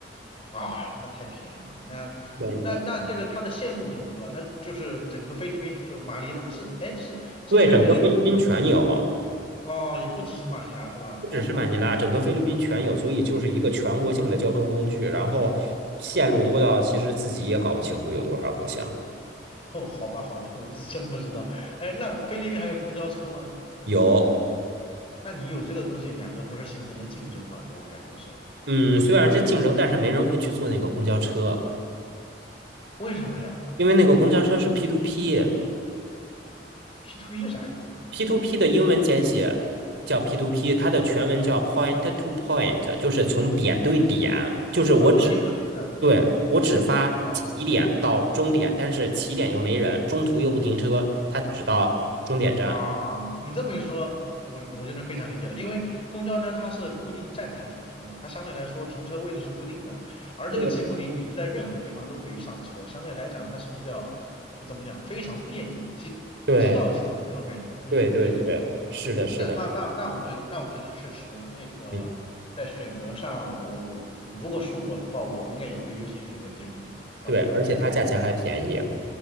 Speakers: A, on the left; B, on the right.
A: 啊，那太便宜了。那那那这个它的线路多不多啊？
B: 便宜的。
A: 它就是整个菲律宾，就是马尼拉是，哎是是全菲律宾
B: 对，整个菲律宾全有，
A: 哦，也不只是马尼拉是吧？
B: 不只是马尼拉，
A: 哦
B: 整个菲律宾全有，所以就是一个全国性的交通工具。然后线路多到其实自己也搞不清楚有多少个线路。
A: 哦，好吧好吧，我是真不知道。哎，那菲律宾还有公交车吗？
B: 有，
A: 那你有这个东西，两个不是形成了竞争吗？这我感觉是
B: 嗯，虽然是竞争，但是没人会去坐那个公交车，
A: 为什么呀
B: 因为那个公交车是 P to P。
A: ？P to P 是啥意思啊？
B: p to p 的英文简写叫 p to p 它的全文叫 Point to Point，就是从点对点，就是我只，
A: 啊，中间不停的。
B: 对，我只发起点到终点，
A: 哦
B: 但是起点又没人，中途又不停车，它只到终点站。
A: 啊，你这么一说，我我就能非常理解了，因为公交车它是固定站台停车嘛，它相对来说停车位置是固定的，而这个吉姆尼你是在任何地方都可以上车，
B: 对
A: 相对来讲它是比较，就怎么讲，非常便利，即即到即走那种感觉。
B: 对
A: 嗯，
B: 对对对对，
A: 对对对，
B: 是的，是的，
A: 那那那那我觉得，那我觉得确实那个在选择上，
B: 嗯，
A: 我我如果是我的话，我应该也会优先选择吉姆尼。OK
B: 对，
A: OK。
B: 而且它价钱还便宜。